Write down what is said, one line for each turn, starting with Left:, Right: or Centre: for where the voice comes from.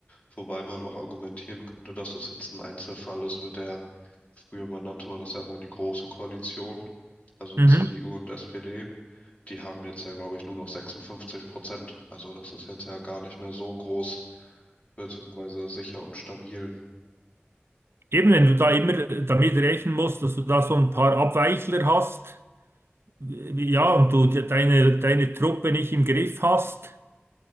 Left: wobei man auch argumentieren könnte, dass es jetzt ein Einzelfall ist mit der, früher man nannte man es ja immer die Große Koalition, also
Right: Mhm.
Left: CDU und SPD, die haben jetzt ja, glaube ich, nur noch 56 Prozent. Also das ist jetzt ja gar nicht mehr so groß, beziehungsweise sicher und stabil.
Right: Eben, wenn du da immer damit rechnen musst, dass du da so ein paar Abweichler hast, wie- ja, und du de- deine, deine Truppe nicht im Griff hast,